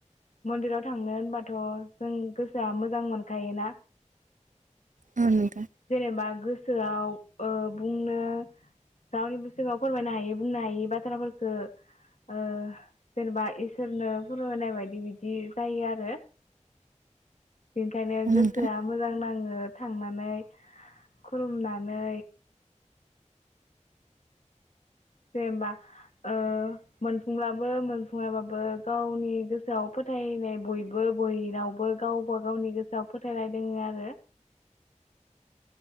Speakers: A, on the left; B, on the right.
A: मन्दिराव थांनो होनबाथ जों गोसोआ मोजां मोनखायोना।
B: औ नोंथां
A: जेनेबा गोसोआव ओउ बुंनो रावनिबो सिगाङावबो फोरमायनो हायै बुंनो हायै बाथ्राफोरखौ ओ जेनेबा इसोरनो फोरमायनाय बायदि बिदि जायो आरो। बेनिखायनो
B: औ नोंथां
A: गोसोआ मोजां नाङो। थांनानै खुलुमनानै। जेनबा ओ मोनफुंब्लाबो मोनफुङाबाबो गावनि गोसोआव फोथायनाय बयबो बयनावबो गावबा गावनि गोसोआव फोथायलायदों आरो।